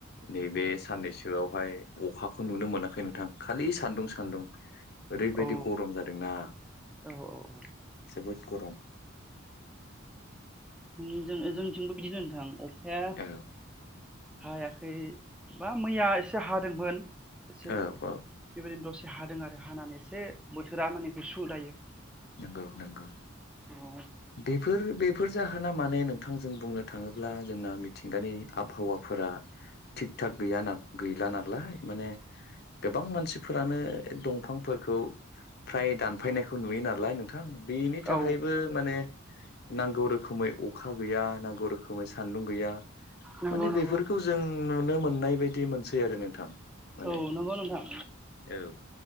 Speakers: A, on the left; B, in the centre.
A: नैबे साननैसोआवहाय अखाखौ नुनो मोनाखै नोंथां। खालि सान्दुं सान्दुं ओरैबायदि
B: औ
A: गरम जादोंना।
B: औ औ
A: जोबोद गरम।
B: उम जों ओ जोंनिथिंबो बिदिनो नोंथां। अखाया
A: औ
B: हायाखै बा मैया एसे हादोंमोन। एसे
A: औ
B: बेबायदिनो
A: औ
B: दसे हादों आरो हानानै एसे बोथोरा माने गुसु दायो।
A: नोंगौ नोंगौ।
B: औ
A: बेफोर बेफोर जाहोना माने नोंथां जों बुंनो थाङोब्ला जोंना मिथिंगानि आबहावाफोरा थिग थाक गैया ना गैला नालाय माने। गोबां मानसिफोरानो दंफांफोरखौ फ्राय दानफायनायखौ नुयो ना लाय नोंथां बेनि थाखायबो
B: औ
A: माने नांगौ रोखोमै अखा गैया। नांगौ रोखोमै सान्दुं गैया।
B: नंगौ
A: माने
B: नंगौ
A: बेफोरखौ जों नुनो मोननाय बायदि मोनसै आरो नोंथां। माने
B: औ नंगौ नोंथां।
A: औ